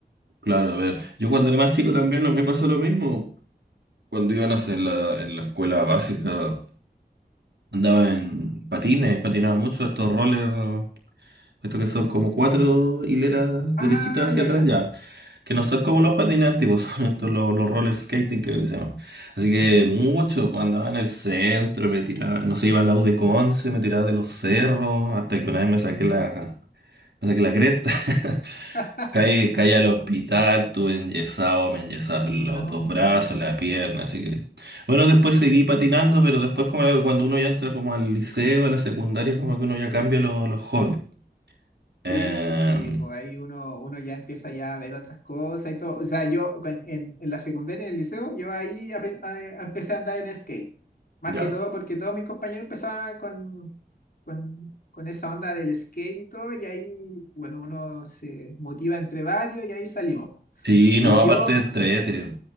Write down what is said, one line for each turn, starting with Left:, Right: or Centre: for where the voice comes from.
Right: claro, a ver. Yo cuando era más chico también no me pasó lo mismo. Cuando iba, no sé, en la, en la escuela básica, andaba en patines, patinaba mucho estos rollers. Esto que son como cuatro hileras
Left: Ah,
Right: derechitas hacia
Left: ya,
Right: atrás,
Left: ya.
Right: ya. Que
Left: Sí.
Right: no son como los patines antiguos, <laughs> son estos los, los roller skating, creo que se llaman. Así que
Left: Ujú,
Right: mucho, cuando andaba en el centro, me tiraba, no sé, iba al lado de Conce, me tiraba de los cerros, hasta que una vez me saqué
Left: ujú.
Right: la, me saqué la cresta. <laughs>
Left: <laughs>
Right: Caí, caí al hospital, tuve enyesado, me enyesaron
Left: No.
Right: los dos brazos, la pierna, así que... Bueno, después seguí patinando, pero después como claro, cuando uno ya entra como al liceo, a la secundaria, como que uno ya cambia los los hobbies. Em,
Left: Sí, sí, pues ahí uno, uno ya empieza ya a ver otras cosas y todo. O sea, yo cuen- en, en la secundaria, en el liceo, yo ahí apre- a- a- empecé a andar en skate. Más
Right: Ya.
Left: que todo porque todos mis compañeros empezaban con, con, con esa onda del skate y todo, y ahí, bueno, uno se motiva entre varios y ahí salimos. po.
Right: Sí,
Left: Y
Right: no, aparte
Left: yo
Right: de entrete.